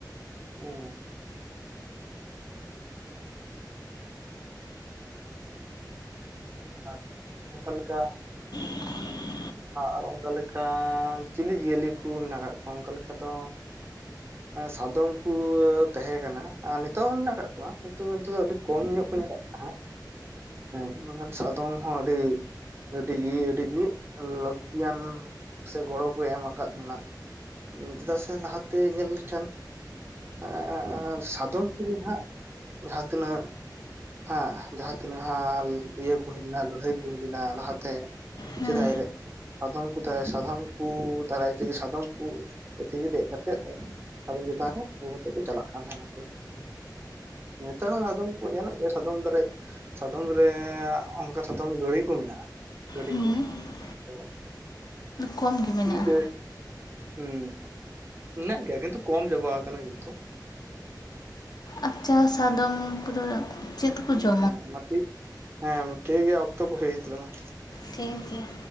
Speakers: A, on the right; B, on the left.
A: ᱚ ᱟᱨ ᱚᱠᱟ ᱞᱮᱠᱟ
B: <inaudible>
A: ᱟᱨ ᱚᱱᱠᱟ ᱞᱮᱠᱟ ᱪᱤᱞᱤ ᱡᱤᱭᱟᱹᱞᱤ ᱠᱚ ᱢᱮᱱᱟᱜ ᱠᱚᱣᱟ ᱚᱱᱠᱟ ᱞᱮᱠᱟ ᱫᱚ ᱚᱱᱠᱟ ᱞᱮᱠᱟ ᱫᱚ ᱥᱟᱫᱚᱢ ᱠᱩ ᱛᱟᱦᱮᱸ ᱠᱟᱱᱟ ᱟᱨ ᱱᱤᱛᱚᱜ ᱦᱚᱸ ᱢᱮᱱᱟᱜ ᱟᱠᱟᱫ ᱠᱚᱣᱟ ᱠᱤᱱᱛᱩ ᱱᱤᱛᱚᱜ ᱫᱚ ᱟᱹᱰᱤ ᱠᱚᱢ ᱧᱚᱜ ᱠᱚ ᱧᱮᱞᱚᱜ ᱠᱟᱱᱟ ᱦᱟᱸᱜ ᱦᱮᱸ ᱵᱟᱝᱠᱷᱟᱱ ᱥᱟᱫᱚᱢ ᱦᱚᱸ ᱟᱹᱰᱤ ᱟᱹᱰᱤᱜᱤ ᱟᱹᱰᱤᱜᱤ ᱞᱟᱹᱠᱛᱤᱭᱟᱱ ᱥᱮ ᱜᱚᱲᱚ ᱠᱚ ᱮᱢ ᱟᱠᱟᱫ ᱵᱚᱱᱟ ᱪᱮᱫᱟᱜ ᱥᱮ ᱞᱟᱦᱟᱛᱮ ᱧᱮᱞ ᱞᱮᱠᱷᱟᱱ ᱟᱜ ᱟᱜ ᱟᱜ ᱥᱟᱫᱚᱢ ᱠᱩ ᱦᱟᱸᱜ ᱡᱟᱦᱟᱸ ᱛᱤᱱᱟᱹᱜ, ᱦᱟᱸᱜ ᱡᱟᱦᱟᱸ ᱛᱤᱱᱟᱹᱜ ᱦᱟᱸᱜ ᱤᱭᱟᱹ ᱠᱚ ᱦᱩᱭ ᱞᱮᱱᱟ ᱞᱟᱹᱲᱦᱟᱹᱭ ᱠᱚ ᱦᱩᱭ ᱞᱮᱱᱟ ᱞᱟᱦᱟᱛᱮ,
B: ᱦᱮᱸ
A: ᱥᱮᱫᱟᱭ ᱨᱮ ᱟᱫᱚᱢ ᱠᱩᱫᱟ ᱥᱟᱫᱚᱢ ᱠᱩ ᱫᱟᱨᱟᱭ ᱛᱮᱜᱮ ᱥᱟᱫᱚᱢ ᱠᱩ, ᱯᱩᱛᱷᱤ ᱜᱮ ᱫᱮᱡ ᱠᱟᱛᱮᱫ ᱥᱟᱫᱚᱢ ᱪᱮᱛᱟᱱ ᱨᱮ ᱤᱭᱟᱹ ᱠᱟᱛᱮᱡ ᱠᱚ ᱪᱟᱞᱟᱜ ᱠᱟᱱ ᱛᱟᱦᱮᱱᱟ ᱠᱚ᱾ ᱱᱮᱛᱟᱨ ᱦᱚᱸ ᱟᱫᱚᱢ ᱠᱚ ᱧᱮᱞᱚᱜ ᱜᱮᱭᱟ ᱥᱟᱫᱚᱢ ᱫᱟᱨᱮᱭ ᱥᱟᱫᱚᱢ ᱨᱮᱭᱟᱜ᱾ ᱚᱱᱠᱟ ᱥᱟᱫᱚᱢ ᱜᱟᱹᱲᱤ ᱠᱚ ᱢᱮᱱᱟᱜᱼᱟ ᱜᱟᱹᱰᱤ
B: ᱦᱩᱸ
A: ᱠᱚ ᱟᱫᱚ,
B: ᱠᱚᱢ ᱜᱮ ᱢᱮᱱᱟᱜᱼᱟ
A: ᱫᱮᱡ ᱦᱩᱸ ᱢᱮᱱᱟᱜ ᱜᱮᱭᱟ ᱠᱤᱱᱛᱩ ᱠᱚᱢ ᱪᱟᱵᱟ ᱥᱠᱟᱱᱟ ᱠᱤᱱᱛᱩ᱾
B: ᱟᱪᱪᱷᱟ ᱥᱟᱫᱚᱢ ᱠᱚᱫᱚ <unintelligible> ᱪᱮᱫ ᱠᱚ ᱡᱚᱢ?
A: ᱦᱮᱸ ᱢᱟ ᱴᱷᱤᱠ ᱦᱮᱸ ᱴᱷᱤᱠ ᱜᱮᱭᱟ ᱚᱠᱛᱚ ᱠᱚ ᱦᱩᱭᱮᱱ ᱛᱟᱞᱟᱝᱼᱟ᱾
B: ᱴᱷᱤᱠ ᱜᱮᱭᱟ᱾